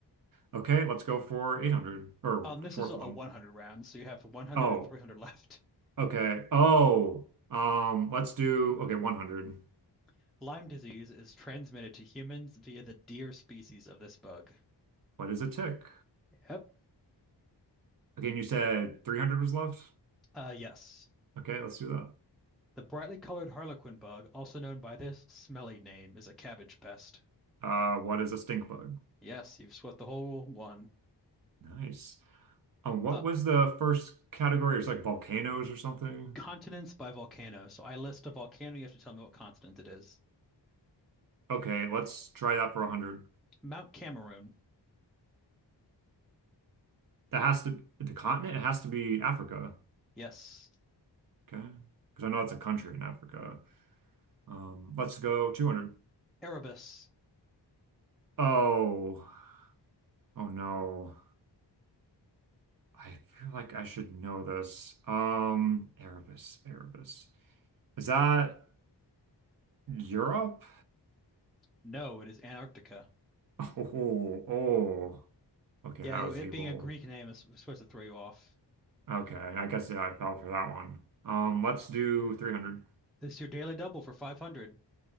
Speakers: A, on the right; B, in the centre.
A: Okay, let's go for 800 or
B: Um,
A: the
B: this
A: fourth
B: is a
A: one.
B: 100 round, so you have one hundred
A: Oh,
B: and three hundred left.
A: okay. Oh, um, let's do okay, 100.
B: <laughs> Lyme disease is transmitted to humans via the deer species of this bug.
A: What is a tick?
B: Yep.
A: Again, you said 300 was left?
B: Uh, yes.
A: Okay, let's do that.
B: The brightly colored harlequin bug, also known by this smelly name, is a cabbage pest.
A: Uh, what is a stink bug?
B: Yes, you've swept the whole one
A: Nice. Um, what
B: up.
A: was the first category? It was like volcanoes or something.
B: Continents by volcano. So I list a volcano, you have to tell me what continent it is.
A: Okay, let's try that for 100.
B: Mount Cameroon.
A: That has to the continent, it has to be Africa.
B: Yes.
A: Okay. Because I know it's a country in Africa. Um, let's go 200.
B: Erebus.
A: Oh, oh no. I feel like I should know this. Um, Erebus, Erebus. Is that Europe?
B: No, it is Antarctica.
A: Oh, oh. Okay,
B: Yeah,
A: that was
B: it, it
A: evil.
B: being a Greek name is supposed to throw you off.
A: Okay, I guess yeah, I fell for that one. Um, let's do 300.
B: This is your daily double for 500.